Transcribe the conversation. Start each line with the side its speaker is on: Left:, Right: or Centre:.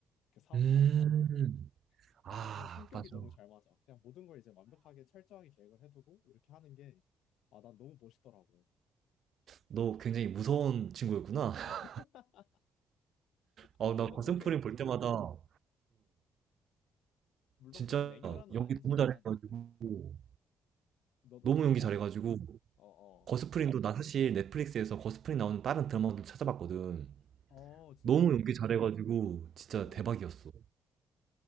Left: 그 사업가
Right: 음,
Left: 있잖아 나랑
Right: 아,
Left: 성격이
Right: 맞아.
Left: 너무 잘 맞아 그냥 모든 걸 이제 완벽하게 철저하게 계획을 해두고 이렇게 하는 게 아 난 너무 멋있더라고
Right: 너 굉장히 무서운 친구였구나. <laughs>
Left: <laughs> 아니,
Right: 아,
Left: 물론
Right: 나 거센
Left: 그렇게
Right: 프림 볼 때마다, 어,
Left: 물론
Right: 진짜
Left: 그렇게 냉혈한은
Right: 연기
Left: 아니지만
Right: 너무 잘해가지고
Left: 너
Right: 너무
Left: 너 어땠다고?
Right: 연기 잘해가지고
Left: 어
Right: 거스프링도
Left: 어
Right: 나 사실 넷플릭스에서 거스프링 나오는 다른 드라마도 찾아봤거든.
Left: 어, 어. 어, 진짜
Right: 너무
Left: 어떠
Right: 연기 잘해가지고 진짜
Left: 어
Right: 대박이었어.